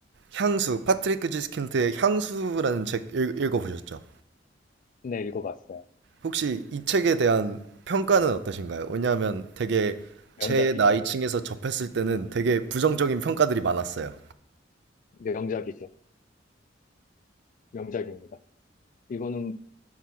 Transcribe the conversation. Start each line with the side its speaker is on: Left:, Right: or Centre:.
Right: 향수, 파트리크 지스킨트의 향수라는 책 읽, 읽어보셨죠?
Left: 네, 읽어봤어요.
Right: 혹시 이 책에 대한 평가는 어떠신가요? 왜냐하면 되게
Left: 명작이죠.
Right: 제 나이층에서 접했을 때는 되게 부정적인 평가들이 많았어요.
Left: 명작이죠. 명작입니다. 이거는